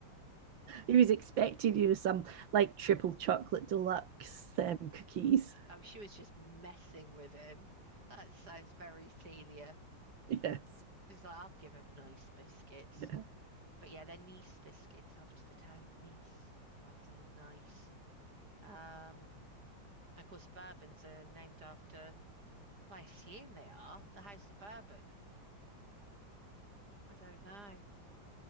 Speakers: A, on the right (about 80°); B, on the right (about 55°).
A: He was expecting you know some like triple chocolate deluxe um, cookies.
B: Oh, she was just messing with him. That sounds very Celia.
A: Yes.
B: She's like, I'll give him nice biscuits.
A: Yeah.
B: But yeah, they're Nice biscuits after the town of Nice rather than nice. Um, And Of course, the Bourbons are named after, well, I assume they are, the House of Bourbon. I don't know.